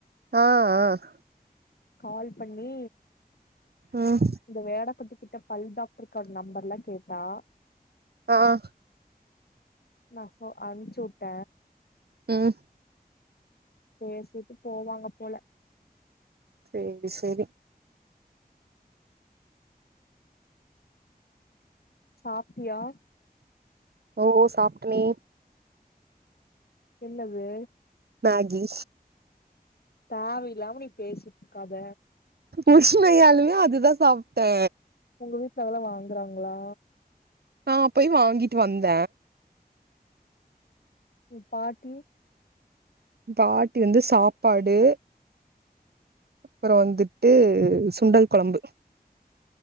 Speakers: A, on the right; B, on the left.
A: ஆஹ் ஆஹ்
B: கால் பண்ணி
A: ம்
B: இந்த வேட பட்டி கிட்ட பல் டாக்டர் கார்டு நம்பர் எல்லா கேட்டா
A: ஆஹ்
B: நா சோ அனுப்ச்சு விட்ட
A: ம்
B: பேசிட்டு போவாங்க போல
A: செரி செரி
B: சாப்டியா
A: ஓ சாப்ட்டனே
B: என்னது
A: மேகி
B: தேவ இல்லாம நீ பேசிட்டு இருக்காத
A: உண்மயாலுமே அதுதா சாப்ட்ட
B: உங்க வீட்ல அதெல்லா வாங்குறாங்களா
A: நா போய் வாங்கிட்டு வந்த
B: உ பாட்டி
A: பாட்டி வந்து சாப்பாடு அப்றம் வந்துட்டு சுண்டல் கொழம்பு